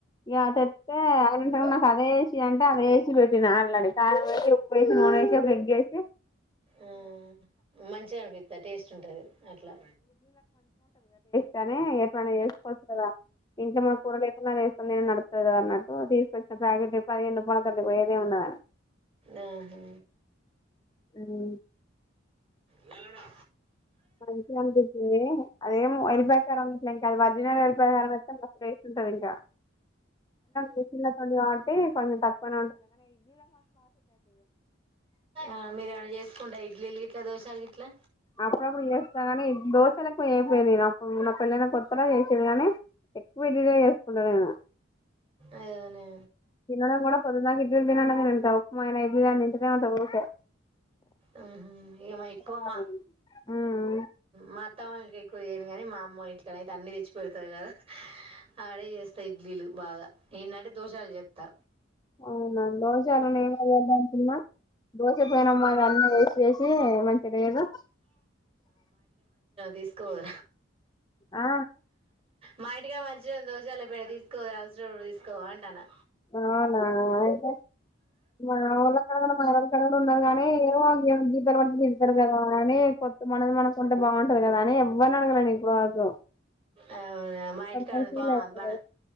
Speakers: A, on the left; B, on the right.
A: ఇక తెత్తే అఐలు నాకు అదేసి అంటే అదే వేసి పెట్ నాడి కాల వేసి ఉప్పు వేసి, నూనే వేసి ఒక ఎంగ వేసి
B: ఆ మంచిగా అనిపిస్తాది టేస్ట్ ఉంటది అట్లా
A: తానే చేసుకోవచ్చు కదా ఇంట్లో మన కూర లేకుండా వే నే ట్టు తీసుకొచ్చిన ప్యాకెట్ పదిహేను పన త పో ఏదే ఉన్నదని
B: ఆహా
A: అవు
B: వెలడా
A: మంచిగా అనిపించంది అదేం వలి ప్రరికారం ఉన్నట్లే ఇంకా అది వర్జినల్ వలి ప్రరికారం వస్తే మం వేస్ంటది ఇంకా మెషన్లో తడి కాబట్టి కొంచెం తక్కు ప
B: ఆ మీరేమన్న చేసుకొండి ఇడ్లిలుగిట్ల దోషాలు గిట్లా
A: అప్పుడప్పుడు చేస్తా కాని ఈ దోశలుకు ఏం తెలీదు అప్పుడు నా పెళ్లైన కొత్తలా చేసేది గాని ఎక్కువ ఇడ్లీలు చేసుకుంటా నేను
B: అవునా
A: తినడంం కూడా పొదునా దాకా ఇడ్లీలు తినండి తంటారు ఉప్మాయనా ఇడ్లే నింటే ఉంటా ఓకే
B: ఉమ్ హమ్ ఏమా ఎక్కువ
A: కాదు
B: మా
A: ఉమ్
B: మా అత్త మావయ్య క్కువ ఏయను కానీ మా అమ్మ ఇంటికడా అయితే అన్నిీ తెచ్చి పెడతారు కదా ఆడే చేస్తా ఇడ్లీలు బాగా ఏంటంటే దోషాలు చేస్తా
A: అవునా దోశ అలా ఏంట దోశ పెనం మగా అన్న వేసి వేసి మంచిగా లేదు
B: తీస్కో పో
A: ఆ
B: మా ఇంటికాడా గా మంచి దోశాల ఇప్పుడ తీసుకోవాలి అవసరం తీసుకోవ అంటానా
A: అవునా అయితే మామూల కడ కూడాడ మల కడ కూడా ఉన్నారు కానీ ఏమో దీపాలు అంట తిళ్తారు కదా అని కొత్తం అనేది మనకుంటే బాగుంటది కదా అని ఎవరిని అడగాలా నేను ఇప్పుడు వరకు
B: ఆ వు మా ఇంటికాడ
A: కొంతమంది
B: ఉ
A: ఫీల్
B: పా
A: అయితరు
B: మన